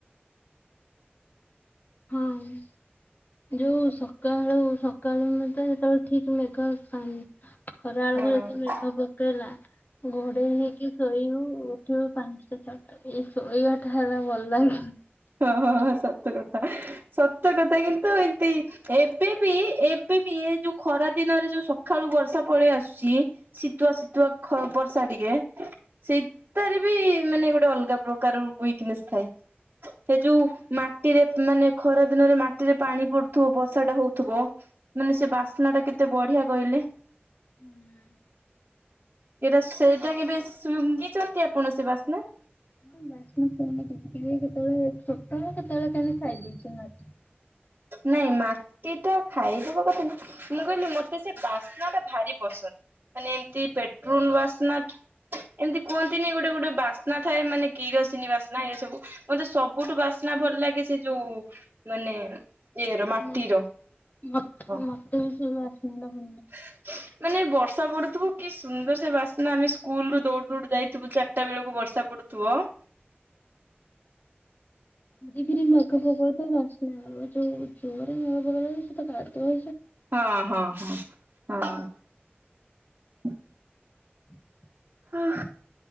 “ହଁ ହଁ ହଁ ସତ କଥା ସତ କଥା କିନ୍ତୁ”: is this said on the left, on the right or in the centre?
Right